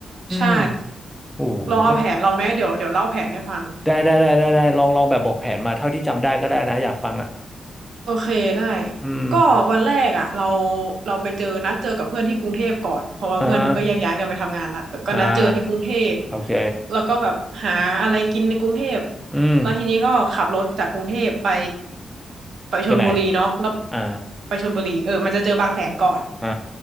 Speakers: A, on the right; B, in the centre.
A: ใช่
B: มโอ้โหก็
A: ลองเอาแผนเราไหมเดี๋ยวเดี๋ยวเล่าแผนให้ฟัง
B: ได้ได้ได้ได้ได้ลองลองแบบบอกแผนมาเท่าที่จำได้ก็ได้นะอยากฟังอ่ะ
A: โอเคได้
B: อืม
A: ก็วันแรกอ่ะเราเราไปเจอนัดเจอกับเพื่อนที่กรุงเทพก่อนเพราะว่าเพื่อนก็แยกย้ายกันไปทำงานละก็นัดเจอที่กรุงเทพ
B: อ่าฮะอ่าโอเค
A: แล้วก็แบบหาอะไรกินในกรุงเทพ
B: อืม
A: แล้วทีนี้ก็ขับรถจากกรุงเทพไปไปชลบุรีเนาะแล้ว
B: ไปไหนอ่า
A: ไปชลบุรีเออมันจะเจอบางแสนก่อน
B: อ่า